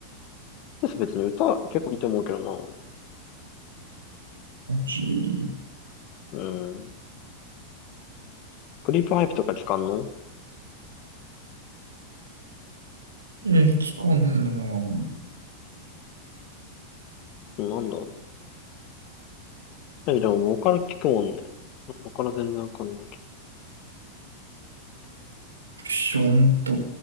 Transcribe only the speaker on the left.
ミセス別に歌結構いいと思うけどな。
うん。クリープハイプとか聞かんの
なんだ。え、でも僕から聞くもんね。僕から全然わかんないけ